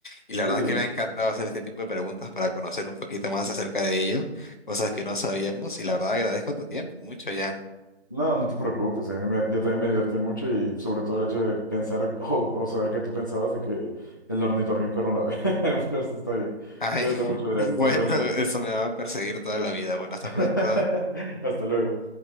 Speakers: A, on the left; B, on the left.
A: Y la verdad
B: Sí.
A: es que me ha encantado hacer este tipo de preguntas para conocer un poquito más acerca de ello, cosas que no sabíamos. Y la verdad agradezco tu tiempo mucho, Jan.
B: No, no te preocupes. a mí me- yo también me divertí mucho y sobre todo el hecho de pensar <laughs> o, o saber que tú pensabas de que el ornitorrinco era una ave. <laughs> Pero eso está bien.
A: Ay,
B: Cuídate
A: <laughs>
B: mucho, Adrián.
A: bueno,
B: Nos vemos.
A: eso me va a perseguir toda la vida. Bueno, hasta
B: <laughs>
A: pronto.
B: Hasta luego.